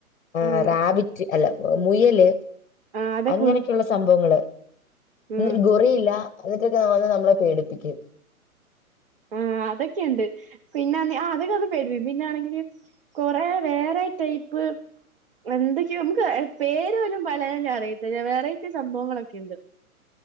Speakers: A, on the left (about 55°); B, on the right (about 40°).
A: ആ
B: ഉം
A: റാബിറ്റ് അല്ല മുയല്
B: ആ അതൊക്കെ
A: അങ്ങനൊക്കെയുള്ള
B: ഉ
A: സംഭവങ്ങള് എന്നിട്ട്
B: ഉം
A: ഗോറിയില്ല എന്നിട്ടൊക്കെ വന്ന് നമ്മളെ പേടിപ്പിക്കും
B: ആഹ് അതൊക്കെയുണ്ട് പിന്നെ അന്നേ അതൊക്കെ അത് ഒക്കെ വന്ന് പേടിപ്പിക്കു പിന്നൊണെങ്കില് കുറേ വേറെ ടൈപ്പ് എന്തൊക്കെയോ നമുക്ക് പേര് പോലും പലെതിനും അറിയത്തില്ല വെറൈറ്റി സംഭവങ്ങളൊക്കെ ഉണ്ട്